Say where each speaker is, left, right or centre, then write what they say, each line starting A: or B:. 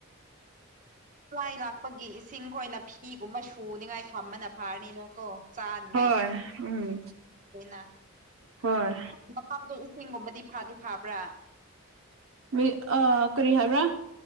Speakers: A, on the right; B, on the right.
A: ꯂꯥꯏ ꯂꯥꯛꯄꯒꯤ ꯏꯁꯤꯡꯈꯣꯏꯅ ꯐꯤꯒꯨꯝꯕ ꯁꯨꯅꯤꯡꯉꯥꯏ ꯊꯝꯕꯅ ꯐꯥꯔꯅꯤꯅ ꯀꯣ ꯆꯥꯅꯤꯡꯉꯥꯏꯗꯤ
B: ꯍꯣꯏ ꯎꯝ
A: ꯑꯗꯨꯅ
B: ꯍꯣꯏ
A: ꯃ ꯆꯁꯤꯡꯒꯨꯝꯕꯗꯤ ꯐꯥꯗꯤ ꯐꯥꯕ꯭ꯔꯥ
B: ꯃꯤ ꯑ ꯀꯔꯤ ꯍꯥꯏꯕ꯭ꯔꯥ